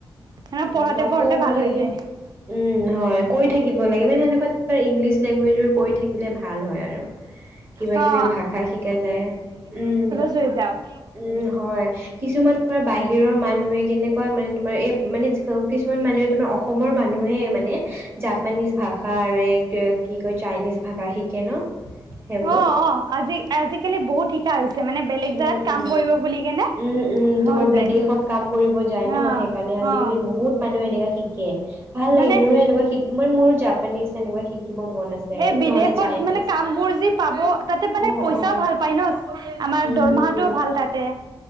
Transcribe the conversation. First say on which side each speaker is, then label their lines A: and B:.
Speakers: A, on the right (about 50°); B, on the right (about 25°).
A: সেনে
B: উম
A: পঢ়োতে
B: নকও
A: পঢ়োতে
B: বুলিলে
A: ভাল হৈ যায়
B: উম হয় কৈ থাকিব লাগে মানে সেনেকুৱা ইংলিছ লেংগুৱেজ বোৰ কৈ থাক শিকিলে ভাল হয় আৰু কিবা
A: অ
B: কিবি ভাষা শিকা যায় উম
A: থৈ যাওক
B: উম হয় কিছুমান তোমাৰ বাহিৰৰ মানুহে কেনেকুৱা মানে তোমাৰ এই মানে কিছুমান মানুহে তোমাৰ অসমৰ মানুহে মানে জাপানীজ ভাষা আৰু এক কি কয় চাইনিজ ভাষা শিকে ন সেইবোৰ
A: অ অ আজি আজিকালি বহুত শিকা হৈছে মানে বেলেগ
B: উম
A: জেগাত
B: উম
A: কাম কৰিব বুলি কেনে
B: উম উম
A: হৈ
B: তোমাৰ
A: যায়
B: বিদেশত
A: এইটো
B: কাম কৰিব যায় ন
A: অ
B: সেইকাৰণে আজিকালি
A: অ
B: বহুত মানুহ এনেকুৱা শিকে ভাল
A: মানে
B: লাগে মোৰো এনেকুৱা শিক মই মোৰো জাপানিজ এনেকুৱা শিকিব মন আছে আৰু
A: এই বিদেশত
B: নহ'লে চাইনিজ
A: মানে কাম বোৰ যি পাব তাতে মানে
B: অ
A: পইচা
B: অ
A: ভাল পাই ন আমাৰ
B: উম
A: দৰমহাটোও
B: উম
A: ভাল তাতে।